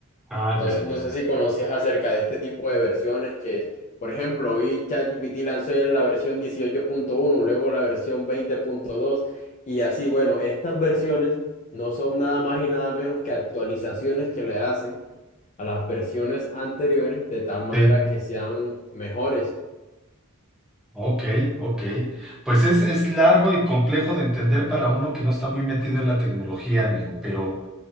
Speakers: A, in the centre; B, on the left.
A: Ah,
B: Entonces,
A: ya, ya,
B: no sé
A: ya.
B: si conocías acerca de este tipo de versiones que, por ejemplo, hoy ChatGPT lanzó la versión dieciocho punto uno luego la versión veinte punto dos y así. Bueno, estas versiones no son nada más y nada menos que actualizaciones que le hacen a las versiones anteriores de tal manera
A: Sí.
B: que sean mejores.
A: Ok, ok. Pues es, es largo y complejo de entender para uno que no está muy metido en la tecnología, amigo, pero,